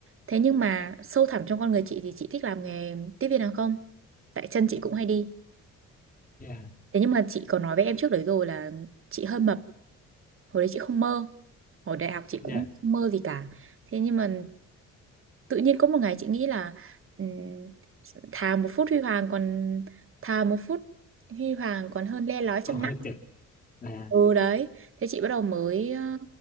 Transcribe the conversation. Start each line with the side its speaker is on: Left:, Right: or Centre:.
Right: thế nhưng mà sâu thẳm trong con người chị thì chị thích làm nghề tiếp viên hàng không tại chân chị cũng hay đi
Left: Dạ.
Right: thế nhưng mà chị có nói với em trước đấy rồi là chị hơi mập hồi đấy chị không mơ hồi đại học chị
Left: Yeah,
Right: cũng không mơ gì cả thế nhưng mà tự nhiên có một ngày chị nghĩ là ừm, thà một phút huy hoàng còn thà một phút huy hoàng còn hơn le lói
Left: còn
Right: trăm
Left: hơi
Right: năm
Left: cực, à,
Right: ừ đấy thế chị bắt đầu mới ờ,